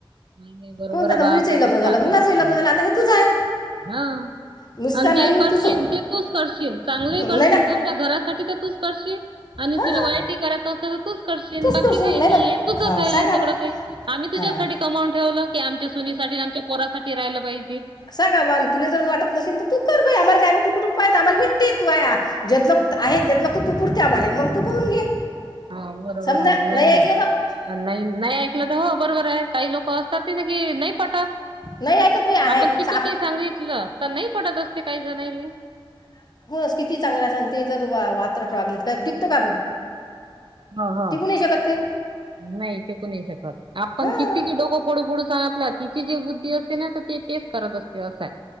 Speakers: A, on the right; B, on the left.
A: नाही नाही बरोबर
B: कोणत
A: आहे
B: आता
A: बापरे
B: मुलीचंही लग्न
A: खूप
B: झालं
A: चांगले
B: मुलाचंही
A: विचार
B: लग्न
A: आहे
B: झालं आता हे तूच आहे
A: हा
B: नुकसान
A: आणि जे
B: होईल
A: करशील
B: तुझं
A: ते तूच करशील चांगले
B: नाही
A: करशील
B: ना
A: समजा घरासाठी तर तूच करशील आणि
B: हां
A: तुला वयाटी करायचं असत तर तूच करशीलन
B: तूच
A: बाकी
B: करशील
A: काही
B: नाही
A: नाहीय
B: ना
A: तूच
B: हां
A: आहे
B: सांगा
A: सगळं
B: बा
A: काही आम्ही तुझ्यासाठी
B: हां
A: कमावून ठेवलं की आमच्या सुनीसाठी आमच्या पोरासाठी राहिलं पाई
B: सांा बन तुला जर वाट नसेन तर तू कर ब आम्हाला काम्हीुक टुक पाह आमला भेट ते तू जल आहे तेतलग तू तू पुरते आमले मग तू पाहून घे
A: हा बरोबर
B: समजा
A: आहे नाही
B: ऐकलं
A: नाही
B: तर
A: नाही नाही ऐकलं तर हो बरोबर आहे काही लोक असतात ती ना की नाही पटात
B: नाही ऐकत बाई आहे
A: आपण किती
B: स-
A: के सांगितलं तर नाही पडत असते काही जणायले
B: स किती चांगलं आणि ते जर वात्र वागलेत काय टिकतं का आपण
A: हो हो
B: टिकू नाही शकत काही
A: नाही टिकू नाही शकत आपण
B: हां
A: किती कि डोकं फोडू फोडू सांगतला तिची जे बुद्धी असते ना ते कररा दसतते असं